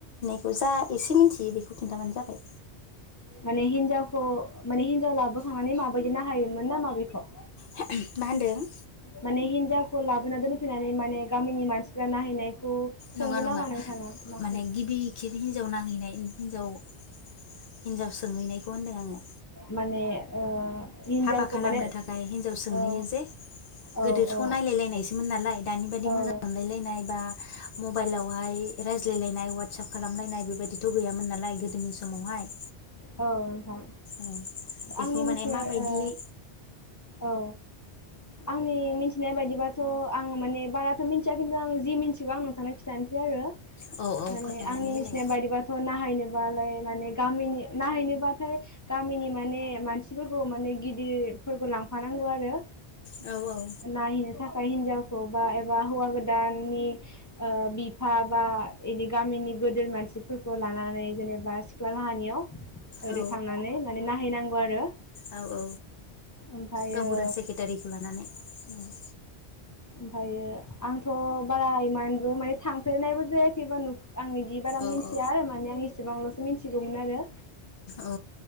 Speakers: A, on the left; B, on the left.
A: खौ जा एसे मिन्थियो बेखौ खिन्थाबानो जाबाय।
B: माने हिन्जावखौ माने हिन्जाव लाबो खांनानै माबाया हायोमोन नामा बेखौ?
A: मा होनदों?
B: माने हिनजावखौ लाबोना दोनफैनानै माने गामिनि मानसिफ्रा नाहैनाय बेखौ
A: नङा
B: सोंदो
A: नङा
B: नामा नोंथाङा माखौ
A: माने गिबि हिनजाव नाहैनाय हिनजाव हिनजाव सोंहैनायखौ होनदों आङो।
B: माने ओ हिनजावखौ
A: हाबा खालामनो
B: माने
A: थाखाय हिनजाव सोंहैयो
B: औ
A: जे
B: औ
A: गोदोथ'
B: औ
A: नायलायलायनायसोमोन नालाय दानि बादि
B: औ
A: मोजां मोनलायलायनाय बा मबाइलावहाय रायज्लायलायनाय वाटसप खालामलायनाय बेबायदिथ' गैयामोन नालाय गोदोनि समावहाय।
B: औ। नोंथां
A: औ बेखौ
B: आंनि
A: माने
B: मिथिनाय
A: माबायदियै
B: ओ औ आंनि मिन्थिनाय बायदिबाथ' आं माने बाराथ' मिन्थिया खिन्थु आं जि मिन्थिगौ आं नोंथांनो खिन्थानोसै आरो।
A: औ औ
B: माने
A: फोरमायनानै
B: आंनि
A: होलाय
B: मिन्थिनाय बायदिबाथ' नाहैनोबालाय माने गामिनि थायनोबाथाय गामिनि माने मानसिफोरखौ माने गिदिरफोरखौ लांफानांगौ आरो
A: औ औ
B: नायहैनो थाखाय हिन्जावखौ बा एबा हौवा गोदाननि बिफा बा बिदि गामिनि गोदेर मानसिफोरखौ लानानै जेनेबा सिख्ला लाहानियाव ओरै
A: औ
B: थांनानै माने नायहैनांगौ गौ आरो
A: औ औ
B: ओमफ्रायो
A: गावबुरा सेक्रेटारिखौ लानानै औ
B: ओमफ्रायो आंथ' बारा इमानबो माने थांफेरनायबो जायाखैबा नु आं बिदि बारा
A: औ
B: मिथिया
A: औ
B: आरो माने आं बेसेबांल'सो मिथिगौमोन आरो
A: औ